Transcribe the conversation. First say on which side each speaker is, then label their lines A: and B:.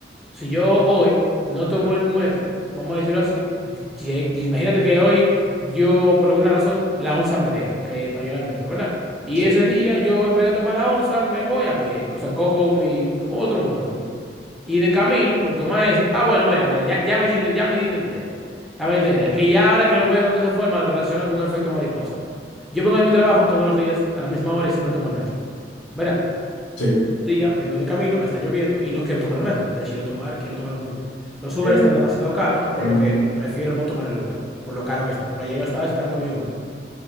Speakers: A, in the centre; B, on the left (about 80°).
A: Si yo hoy no tomo el metro, vamos a decirlo así, lle- imagínate que hoy yo, por alguna razón, la onza me deja que para llegar al metro, ¿verdad? Y
B: Sí,
A: ese día yo, en vez de tomar la onza, me voy a pie, o sea, cojo mi mi otro motor. Y de camino, por tomar eso, ah, bueno, mira, mira, ya, ya me hiciste, ya me diste una idea. Ya me diste una idea. Que ya ahora que lo veo de esa forma, lo relaciono con un efecto mariposa. Yo vengo de mi trabajo todos los días, a la misma hora, y siempre tomo el metro. ¿Verdad?
B: sí.
A: día, vengo de camino, está lloviendo y no quiero tomar el metro. Decido tomar, quiero tomar un Uber. Los Uber
B: Eh,
A: están demasiado caros, por
B: en-
A: lo que prefiero no tomar el Uber, por lo caro que está. Por allá yo estaba esperando mi Uber,